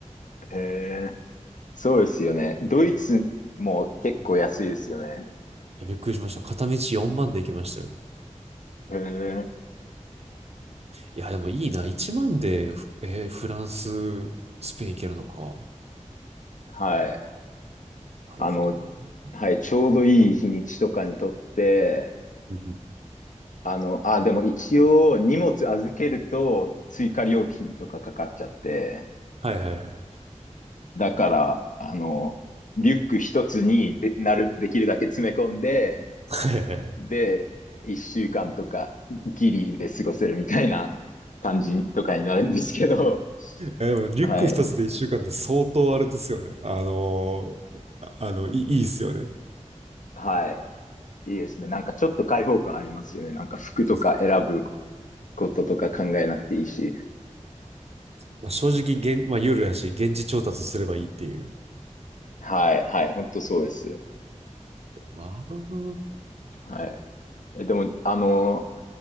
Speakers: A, on the left; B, on the right.
A: へえ。そうですよね。ドイツも結構安いですよね。
B: や、びっくりしました。片道4万で行きましたよ。
A: へえ。
B: いや、でもいいな。1万で、えーフランス、スペイン行けるのか。
A: はい。
B: なるほどな。
A: あの、
B: <laughs>
A: はい、ちょうどいい日にちとかにとって、
B: うんうん
A: あの、あ、でも一応荷物預けると追加料金とかかかっちゃって、
B: はいはいはい。
A: だから、あの、リュック一つにで、なる、できるだけ詰め込んで、
B: はいはいはい。
A: で、一週間とかギリで過ごせるみたいな感じとかになるんですけど、
B: えでも、リュック一つで一週間って相当あれですよね。
A: はい。
B: あのーあの、いい、いいっすよね。
A: はい。いいですね。なんかちょっと開放感ありますよね。なんか服とか選ぶ
B: 確かに。
A: こととか考えなくていいし。
B: まあ、正直現、まあ、ユやし、現地調達すればいいっていう。
A: はい。はい。本当そうです。
B: ああ。うんうん
A: はい。えでも、あの、